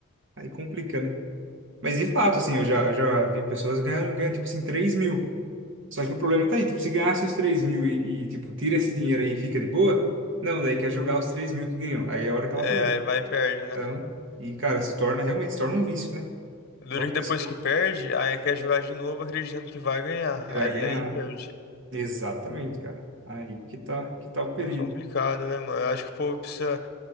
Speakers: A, on the right (about 60°); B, on the left (about 50°).
A: aí complica, né? Mas de fato, assim, eu já, eu já vi pessoas ganhando, ganhando, tipo assim, três mil. Só que o problema tá aí, tipo, se ganhasse os três mil e, e, tipo, tira esse dinheiro aí e fica de boa, não, daí quer jogar os três mil que ganhou. Aí é a hora que
B: é,
A: ela perde.
B: aí vai e perde, né?
A: Então, e cara, se torna, realmente se torna um vício, né?
B: Duro
A: Só a pessoa
B: que depois que perde, aí quer jogar de novo acreditando que vai ganhar.
A: que vai
B: Aí,
A: ganhar.
B: aí perde.
A: Exatamente, cara. Aí que tá, que tá o perigo.
B: É complicado, né, mano? Eu acho que o povo precisa.